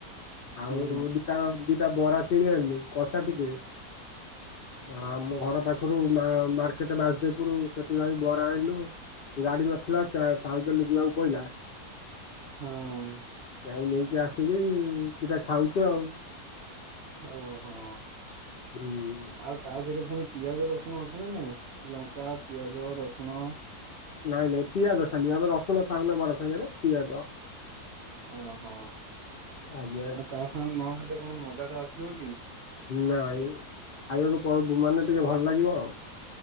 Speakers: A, on the left; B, on the right.
A: ଆଉ
B: ହୁଁ
A: ଦିଟା ଦିଟା ବରା କିଣି ଆଣିଲୁ କଷା ଟିକେ ହଁ ଆମ ଘର ପାଖରୁ ମାର୍କେଟ ବାସଦେବପୁର ସେଠୁ ଯାଇ ବରା ଆଣିଲୁ ଗାଡି ନଥିଲା ଚା ସାଇକେଲ ରେ ଯିବାକୁ ପଇଲା
B: ହଁ ଅଁ।
A: ଯାଇଁ ନେଇକି ଆସିକି ଦଟା ଖାଉଚୁ ଆଉ।
B: ହଉ ହଁ
A: ହୁଁ।
B: ଆଉ ତା ଦେହରେ ଫୁଣି ପିଆଜ ରସୁଣ ଅଛି ନା ନାଇଁ ଲଙ୍କା ପିଆଜ ରସୁଣ
A: ନାଇଁ ନାଇଁ ପିଆଜ ଖାଲି ଆମେ ରସୁଣ ଖାଉନେ ବରା ସାଙ୍ଗରେ ପିଆଜ
B: ଓହୋ
A: ଆଜ୍ଞା
B: ଆ ତା ସାଙ୍ଗ ନହେଲେ କଣ ମଜା ଟା ଆସିବ କି।
A: ନାଇଁ ଖାଇବାକୁ ପ ମାନେ ଟିକେ ଭଲ ଲାଗିବ ଆଉ।